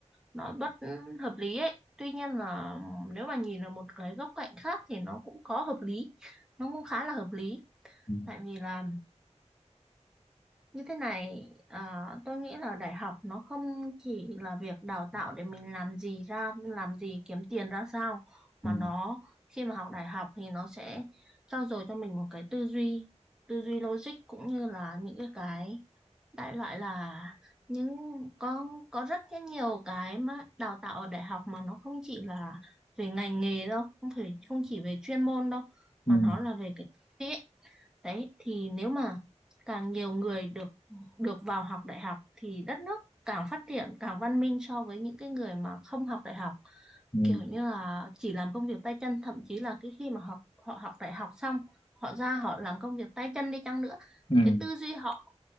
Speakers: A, in the centre; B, on the left.
A: nó bất hợp lý ấy tuy nhiên là nếu mà nhìn ở một cái góc cạnh khác thì nó cũng có hợp lý nó cũng khá là hợp lý
B: ừ,
A: tại vì là như thế này, à, tôi nghĩ là đại học nó không chỉ là việc đào tạo để mình làm gì ra, làm gì kiếm tiền ra sao, mà
B: ừ,
A: nó khi mà học đại học thì nó sẽ trau dồi cho mình một cái tư duy, tư duy logic cũng như là những cái cái đại loại là những có có rất cái nhiều cái mà đào tạo ở đại học mà nó không chỉ là về ngành nghề đâu, không phải không chỉ về chuyên môn đâu, mà
B: ừ,
A: nó là về cái Đấy thì nếu mà càng nhiều người được được vào học đại học thì đất nước càng phát triển, càng văn minh so với những cái người mà không học đại học,
B: ừ,
A: kiểu như là chỉ làm công việc tay chân, thậm chí là cái khi mà học họ học đại học xong, họ ra họ làm công việc tay chân đi chăng nữa
B: ừ,
A: thì cái tư duy họ,